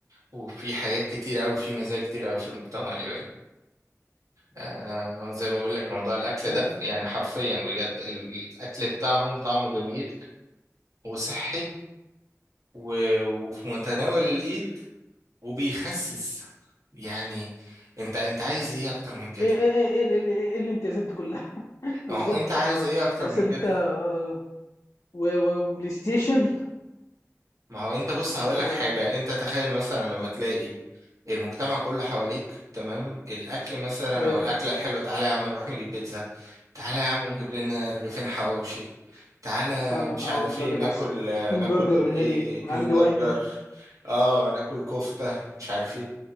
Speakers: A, on the right; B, on the left.
A: وفي حاجات كتير أوي في مزايا كتير أوي في المجتمع الياباني آه زي ما بقول لك موضوع الاكل
B: ايوه
A: ده يعني حرفيا بجد الاكل بتاعهم طعمه جميل وصحي و- وفي متناول الايد وبيخسس يعني انت انت عايز ايه اكتر من كده
B: ايه ايه ايه ايه, ايه, ايه, ايه الامتيازات دي كلها <laughs> بالظبط
A: ما هو انت عايز
B: اه
A: ايه اكتر
B: تحس
A: من
B: ان
A: كده
B: انت اه، و- و- وبلاي ستيشن
A: ما هو انت بص هقول لك
B: و
A: حاجة انت تخيل مثلا لما تلاقي المجتمع كله حواليك تمام الاكل مثلا
B: ايه،
A: او الاكلة الحلوة تعالى يا عم نروح نجيب بيتزا تعالى يا عم نجيب لنا رغيفين حواوشي تعالى
B: فعلا
A: مش عارف
B: اه
A: ايه
B: ده اللي
A: ناكل
B: بيحصل اتنين
A: ناكل
B: برجر والنبي
A: ايه اتنين
B: من عند
A: برجر
B: وهمي
A: اه ناكل كفتة مش عارف ايه